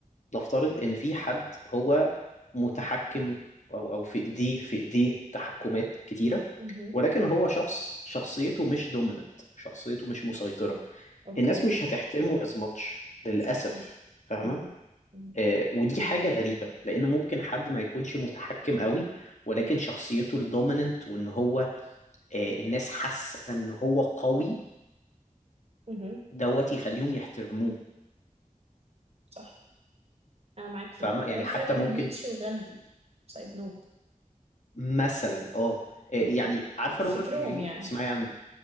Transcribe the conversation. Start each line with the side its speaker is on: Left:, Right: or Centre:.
Left: نفترض إن في حد هو متحكم أو أو في إيديه في إيديه تحكمات كتيرة
Right: مهم.
Left: ولكن هو شخص شخصيته مش دوميننت شخصيته مش مسيطرة
Right: اوكي
Left: الناس مش هتحترمه از ماتش للأسف
Right: شكرا
Left: فاهمة
Right: مهم. مهم.
Left: آه، ودي حاجة غريبة لأن ممكن حد ما يكونش متحكم قوي ولكن شخصيته الدوميننت وإن هو آه، الناس حاسه ان هو قوي
Right: مهم.
Left: دوت يخليهم يحترموه
Right: صح انا معاك في
Left: فاهمه
Right: دي
Left: يعني
Right: ده الفرق
Left: حتى ممكن
Right: بين نيتشه وغاندي سايد نوت
Left: مثلا اه آه، يعني
Right: اوكي
Left: عارفه
Right: فكرهم
Left: روبرت جرين
Right: يعني
Left: تسمعي عن